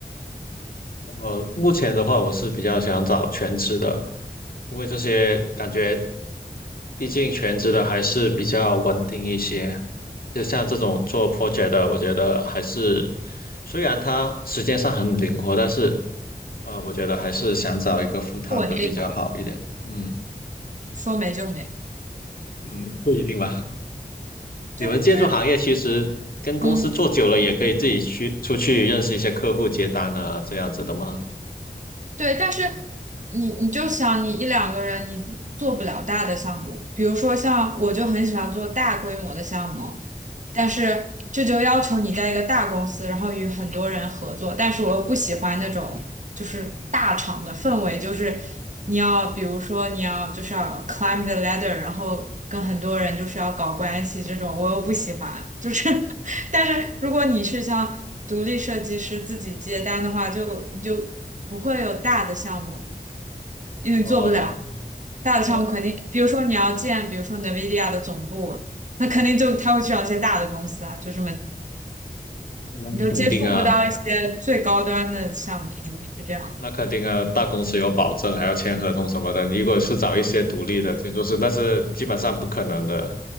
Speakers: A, on the left; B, on the right.
A: 呃，目前的话，我是比较想找全职的，因为这些感觉，毕竟全职的还是比较稳定一些。就像这种做 project 的，我觉得还是，虽然它时间上很灵活，但是呃，我觉得还是想找一个 full time
B: 不稳定嘛，
A: 的比较好一点。嗯
B: 说没就没，
A: 嗯，不一定吧。
B: 就就是
A: 你们建筑行业其实跟公司做久了，
B: 嗯，
A: 也可以自己去出去认识一些客户、接单啊，这样子的吗？
B: 对，但是你你就想你一两个人你做不了大的项目，比如说像我就很喜欢做大规模的项目，但是这就要求你在一个大公司，然后与很多人合作，但是我又不喜欢那种就是大厂的氛围，就是你要比如说你要就是要 climb the ladder，然后跟很多人就是要搞关系这种，我又不喜欢，就是 <laughs> 但是如果你是像独立设计师自己接单的话，就就不会有大的项目，因为做不了。
A: 哦
B: 大的项目肯定，
A: 哦，
B: 比如说你要建，比如说 NVIDIA 的总部，那肯定就他会去找一些大的公司啊，就这么
A: 那肯定啊，
B: 你就接触不到一些最高端的项目，是这样的，
A: 那肯定啊，大公司有保证，还要签合同什么的。如果是找一些独立的建筑师，那是基本上不可能的，